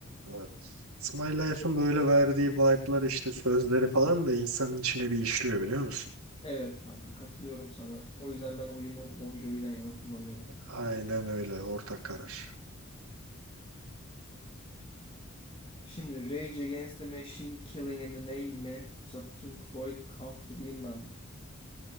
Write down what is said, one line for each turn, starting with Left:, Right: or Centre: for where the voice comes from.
Right: Evet. It's My Life'ın böyle verdiği vibe'lar işte sözleri falan da insanın içine bir işliyor biliyor musun?
Left: Evet kanka katılıyorum sana. O yüzden ben oyumu Bon Jovi'den yana kullanıyorum.
Right: Aynen öyle ortak karar.
Left: Şimdi Rage Against the Machine Killing in the Name mi? Yoksa Pink Floyd Comfortably Numb mı?